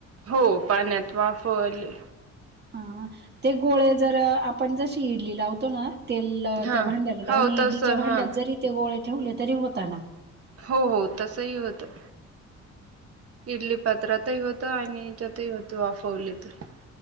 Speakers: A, on the right; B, on the right.
A: हो पाण्यात वाफले.
B: हा ते गोळे जर आपण जशी इडली लावतो ना. तेल
A: हा
B: त्या भांड्याला
A: हो
B: लावून इडलीच्या
A: तस हा
B: भांड्यात जरी ते गोळे ठेवले तरी होताना.
A: हो हो तसही होतं. इडली पत्रातही होत आणि याच्यातही होत वाफवले तर.